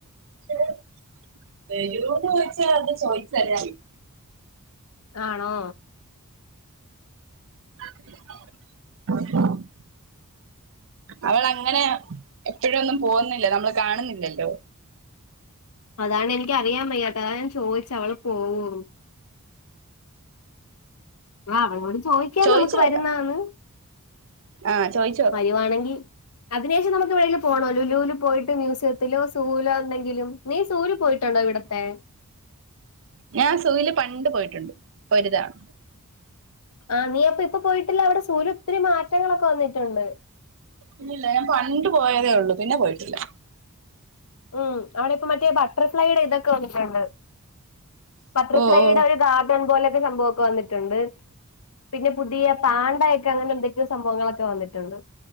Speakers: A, on the right; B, on the left.
A: <unintelligible> വരുവോന്ന് ചോയിച്ചാ അത് ചോയിച്ചാല്ലേ അറിയു.
B: ആണോ.
A: <unintelligible> അവൾ അങ്ങനെ എപ്പഴൊന്നും പോകുന്നില്ല, നമ്മൾ കാണുന്നില്ലല്ലോ.
B: അതാണ് എനിക്ക് അറിയാൻ വയ്യാത്ത, അതാ ഞാൻ ചോയിച്ച അവള് പോവോ. ആഹ് അവളോട് ചോയിക്കാം
A: ചോദിച്ചു
B: നമുക്ക് വരുന്നോന്ന്.
A: നോക്കാം ആഹ് ചോയ്ച്ചു
B: വരുവാണെങ്കി അതിനുശേഷം നമുക്ക് എവിടെയെങ്കിലും പോണോ ലുലൂല് പോയിട്ട് മ്യൂസിയത്തിലോ സൂലോ എന്തെങ്കിലും. നീ സൂവില് പോയിട്ടുണ്ടോ ഇവിടത്തെ?
A: ഞാൻ സൂ വില് പണ്ട് പോയിട്ടുണ്ട് ഒരു ഒരു തവണ.
B: ആഹ് നീ അപ്പൊ ഇപ്പൊ പോയിട്ടില്ല അവിടെ സൂ വില് ഒത്തിരി മാറ്റങ്ങളൊക്കെ വന്നിട്ടുണ്ട്.
A: ഇല്ലില്ല. ഞാൻ പണ്ട് പോയതേ ഉള്ളൂ, പിന്നെ പോയിട്ടില്ല.
B: ഉം അവിടെ ഇപ്പ മറ്റേ ബട്ടർഫ്ലൈയുടെ ഇതൊക്കെ വന്നിട്ടുണ്ട്. ബട്ടർഫ്ലൈയുടെ
A: ഓ ഓ
B: ഒരു ഗാർഡൻ പോലെയൊക്കെ സംഭവൊക്കെ വന്നിട്ടുണ്ട്. പിന്നെ പുതിയ പാണ്ടയൊക്കെ അങ്ങനെ എന്തൊക്കെയോ സംഭവങ്ങളൊക്കെ വന്നിട്ടുണ്ട്.